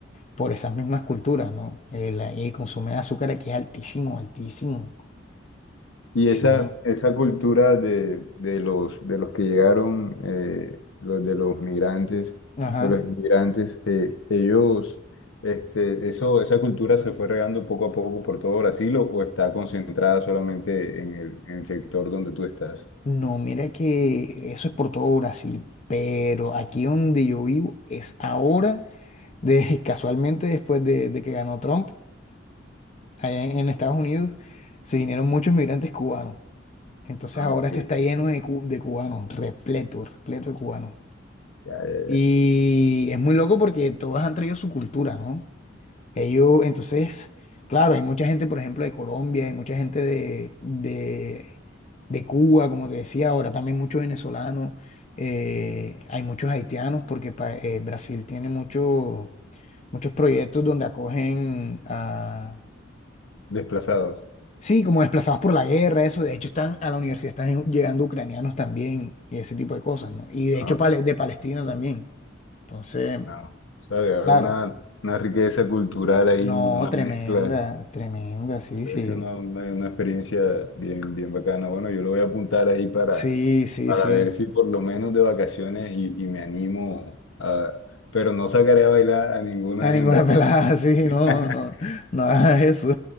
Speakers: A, on the left; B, on the left.
A: por esas mismas culturas, ¿no? El, el consumo de azúcar aquí es altísimo, altísimo.
B: Y esa,
A: Sí,
B: esa cultura de, de los, de los que llegaron, eh, los, de los migrantes,
A: ajá.
B: de los inmigrantes, eh, ellos, este, eso, esa cultura se fue regando poco a poco por todo Brasil o, o está concentrada solamente en el, en el sector donde tú estás.
A: No, mira que eso es por todo Brasil, pero aquí donde yo vivo es ahora, de, <laughs> casualmente después de, de que ganó Trump, allá en en Estados Unidos, se vinieron muchos migrantes cubanos. Entonces
B: Ah,
A: ahora
B: ok.
A: esto está lleno de, cu- de cubanos, repleto, repleto de cubanos.
B: Ya, ya,
A: Y
B: ya.
A: es muy loco porque todos han traído su cultura, ¿no? Ellos, entonces, claro, hay mucha gente, por ejemplo, de Colombia, hay mucha gente de, de, de Cuba, como te decía, ahora también muchos venezolanos, eh, hay muchos haitianos porque pa- eh, Brasil tiene muchos muchos proyectos donde acogen a
B: Desplazados.
A: Sí, como desplazados por la guerra, eso. De hecho, están a la universidad, están llegando ucranianos también y ese tipo de cosas, ¿no? Y de
B: Ah,
A: hecho, pale- de Palestina también. Entonces,
B: ah. O sea, debe haber
A: claro.
B: una, una riqueza cultural ahí,
A: No,
B: una
A: tremenda,
B: mezcla.
A: tremenda, sí,
B: Es
A: sí.
B: una, una, una experiencia bien, bien bacana. Bueno, yo lo voy a apuntar ahí para,
A: Sí, sí,
B: para
A: sí.
B: ver si por lo menos de vacaciones y, y me animo a... Pero no sacaré a bailar a ninguna
A: A ninguna
B: hembra.
A: pelada, <laughs> sí,
B: <laughs>
A: no, no, no hagas eso.